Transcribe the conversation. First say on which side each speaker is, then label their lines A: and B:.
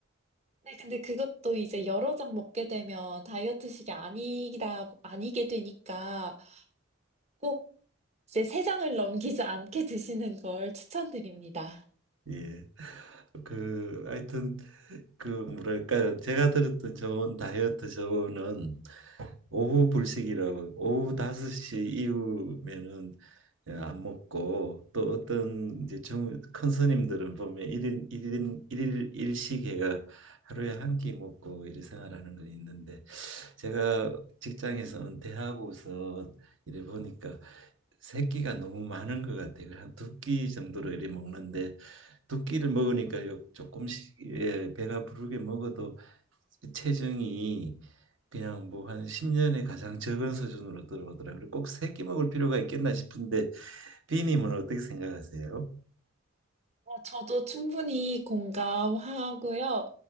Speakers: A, on the right; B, on the right.
A: 네, 근데 그것도 이제 여러 장 먹게 되면 다이어트식이 아니다, 아니게 되니까 꼭 이제 세 장을 넘기지 않게 <laughs> 드시는 걸 추천드립니다.
B: 예. 그 하여튼 그 뭐랄까요? 제가 들었던 좋은 다이어트 조언은 오후 불식이라고 오후 5시 이후면은 예, 안 먹고 또 어떤 이제 중 큰 스님들은 보면 일인일인일일 일식회가 하루에 한 끼 먹고 이래 생활하는 건 있는데 제가 직장에서 은퇴하고서 이래 보니까 세 끼가 너무 많은 것 같아요. 한 두 끼 정도로 이래 먹는데 두 끼를 먹으니까 요- 조금씩 예, 배가 부르게 먹어도 체중이 그냥 뭐 한 10년에 가장 적은 수준으로 들어오더라고요. 그리고 꼭 세끼 먹을 필요가 있겠나 싶은데 비님은 어떻게 생각하세요?
A: 어, 저도 충분히 공감하고요.